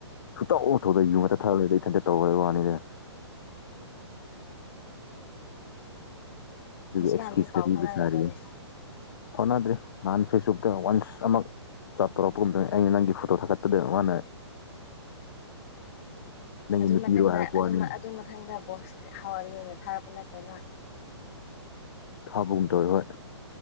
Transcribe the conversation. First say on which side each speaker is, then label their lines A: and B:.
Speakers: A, on the left (about 50°); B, on the left (about 30°).
A: ꯁꯨꯇꯣꯛꯄꯨ ꯊꯧꯗꯦ ꯌꯨ ꯉꯥꯛꯇꯥ ꯊꯛꯒꯗꯤ ꯏꯟꯇ ꯇꯧꯔꯕ ꯋꯥꯅꯤꯗ ꯑꯦꯁꯀꯤꯌꯨꯁꯀ
B: ꯍꯧꯖꯤꯛꯀꯥꯟꯗꯤ ꯄꯥꯎ
A: ꯄꯤꯕ
B: ꯐꯥꯎꯅꯔꯕ꯭ꯔꯅꯦ
A: ꯁꯥꯔꯤꯌꯦ ꯐꯥꯎꯅꯗ꯭ꯔꯔꯤ ꯅꯍꯥꯟ ꯐꯦꯁꯕꯨꯛꯇ ꯋꯥꯟꯁ ꯑꯃꯛ ꯆꯥꯠ ꯇꯧꯔꯄ ꯒꯨꯝꯅ ꯑꯩ ꯅꯪꯒꯤ ꯐꯣꯇꯣ ꯊꯠꯇꯗ ꯃꯥꯅ ꯅꯪꯒꯤ
B: ꯑꯗꯨ
A: ꯅꯨꯄꯤꯔꯣ
B: ꯃꯊꯪꯗ
A: ꯍꯥꯏꯔꯛꯄ ꯋꯥꯅꯤ
B: ꯑꯗꯨ ꯃꯊꯪꯗ ꯕꯣꯁ ꯍꯥꯎ ꯑꯣꯏꯅ ꯊꯥꯔꯛꯄ ꯅꯠꯇ꯭ꯔꯅ
A: ꯊꯥꯕꯒꯨꯝ ꯇꯧꯑꯦ ꯍꯣꯏ